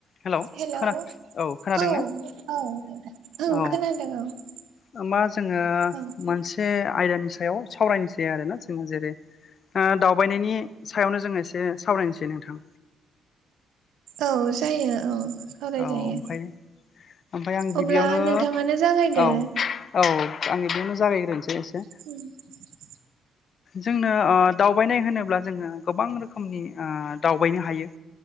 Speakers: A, on the left (about 55°); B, on the right (about 80°).
A: Hello
B: hello
A: खोना
B: औ
A: खोनादों
B: औ
A: ना
B: नोंथां ओं
A: औ
B: खोनादों औ
A: होनबा जोङो
B: औ
A: मोनसे मोनसे आयदानि सायाव सावरायनोसै आरोना जोंहा जेरै दावबायनायनि सायावनो जोङो एसे सावरायनोसै नोंथां
B: औ जायो औ सावरायजायो
A: औ ओमफ्राय ओमफ्राय आं गिबि
B: अब्ला
A: बेयावनो
B: नोंथाङानो जागायदो
A: औ औ आङो बेयावनो जागायग्रोनोसै एसे
B: <inaudible>
A: जोंनो दावबायनाय होनोब्ला जोङो गोबां रोखोमनि दावबायनो हायो